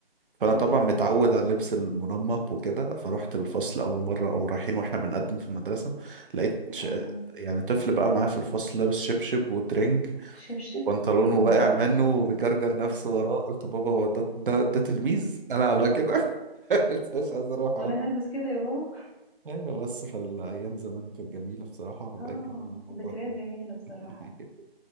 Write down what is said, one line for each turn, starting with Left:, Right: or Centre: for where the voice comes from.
Right: فأنا
Left: ماشي
Right: طبعا متعود
Left: اه
Right: على اللبس المنمق وكده فرحت الفصل أول مرة أو رايحين واحنا بنقدم في المدرسة لقيت ش...
Left: مم.
Right: يعني طفل بقى معاه في الفصل لابس شبشب وترنج
Left: شبشب
Right: وبنطلونه
Left: في المدرسة
Right: واقع منه وبيجرجر نفسه وراه قلت بابا هو ده ده, ده تلميذ انا عامله كده <laughs> قلت مش عايز اروح
Left: وانا هلبس كده يا بابا
Right: ايوه بس فالايام زمان كانت جميله بصراحه وبقى
Left: اه
Right: الكلام عن الموضوع
Left: ذكريات
Right: تاني
Left: جميلة بصراحة
Right: <laughs>